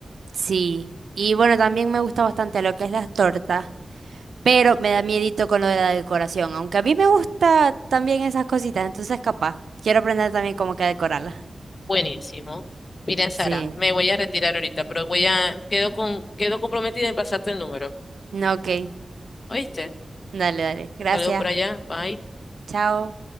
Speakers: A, on the right; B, on the left.
A: Sí. Y bueno, también me gusta bastante lo que es las tortas, pero me da miedito con lo de la decoración, aunque a mí me gusta también esas cositas, entonces capaz. Quiero aprender también cómo que a decorarlas.
B: Buenísimo. Mira, Sara,
A: Sí.
B: me voy a retirar ahorita, pero voy a, quedo con, quedo comprometida en pasarte el número.
A: No, ok.
B: ¿Oíste?
A: Dale, dale. Gracias.
B: Saludos por allá. Bye.
A: Chao.